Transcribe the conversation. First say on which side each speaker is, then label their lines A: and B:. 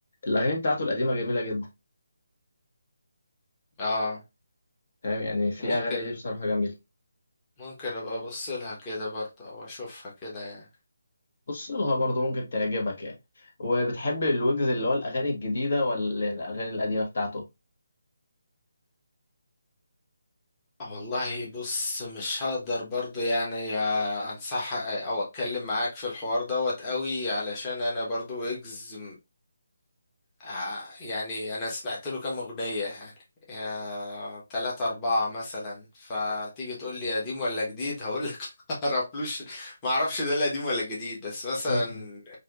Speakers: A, on the left; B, on the left.
A: الأغاني بتاعته القديمة جميلة جدا
B: اه
A: فاهم يعني في
B: ممكن
A: أغاني ليه بصراحة جميلة
B: ممكن ابقى ابص لها كده برضه او اشوفها كده يعني
A: بص لها برضه ممكن تعجبك يعني وبتحب الويجز اللي هو الأغاني الجديدة ولا الأغاني القديمة بتاعته؟
B: آه، والله بص مش هقدر برضه يعني يا انصح او اتكلم معاك في الحوار دوت قوي علشان انا برضه اجز ع- يعني انا سمعت له كام اغنيه يعني يا تلاتة أربعة مثلا فتيجي تقول لي قديم ولا جديد هقول لك <laughs> ما اعرفلوش ما اعرفش ده القديم ولا الجديد بس مثلا
A: م- م.